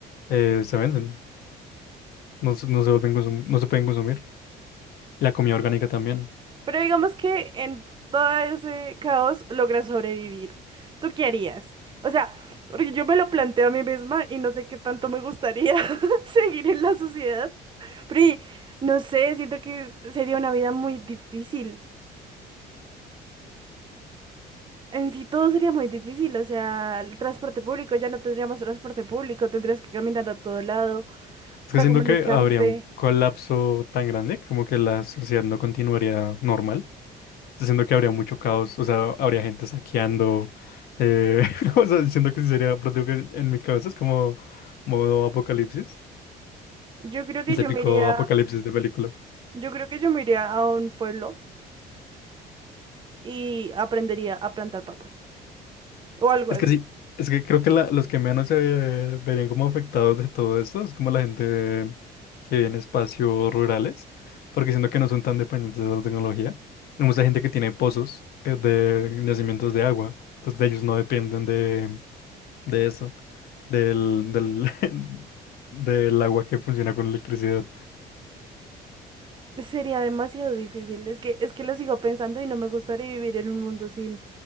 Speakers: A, on the left; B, on the right.
A: eh, se venden. No, se- no se vuelven consum- no se pueden consumir. La comida orgánica también.
B: pero digamos que en todo ese caos logra sobrevivir. ¿Tú qué harías? O sea, porque yo me lo planteo a mí misma y no sé qué tanto me gustaría <laughs> seguir en la sociedad, pero y, no sé, siento que sería una vida muy difícil. En sí todo sería muy difícil, o sea, el transporte público, ya no tendríamos transporte público, tendrías que caminar a todo lado
A: Es
B: para
A: que siento
B: comunicarte.
A: que habría un colapso tan grande como que la sociedad no continuaría normal. O sea, Siento que habría mucho caos, o sea, habría gente saqueando. eh, <laughs> o sea, siento que sí sería, pero digo que en mi cabeza es como modo apocalipsis,
B: Yo creo que
A: el
B: yo
A: típico
B: me iría,
A: apocalipsis de película.
B: yo creo que yo me iría a un pueblo y aprendería a plantar papas o algo
A: Es
B: así.
A: que sí, es que creo que la- los que menos se verían como afectados de todo esto es como la gente que vive en espacios rurales, porque siento que no son tan dependientes de la tecnología. Hay mucha gente que tiene pozos eh, de nacimientos de agua, entonces de ellos no dependen de, de eso, del, del, <laughs> del agua que funciona con electricidad.
B: Sería demasiado difícil, es que es que lo sigo pensando y no me gustaría vivir en un mundo sin